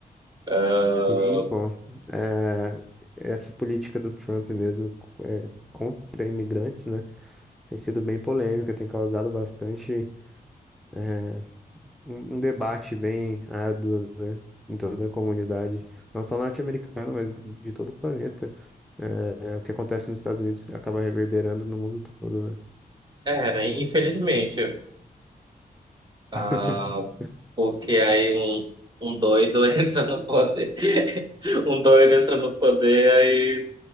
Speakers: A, on the right; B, in the centre.
A: Ah,
B: Sim, pô. Eh, essa política do Trump mesmo eh, contra imigrantes, né, tem sido bem polêmica, tem causado bastante. eh, um, um debate bem árduo, né, em toda a comunidade, não só norte-americana, mas de todo o planeta. É, é, o que acontece nos Estados Unidos acaba reverberando no mundo todo, né?
A: é, né? Infelizmente. Ah,
B: <laughs>
A: porque aí um, um doido <laughs> entra no poder. <laughs> Um doido entra no poder, aí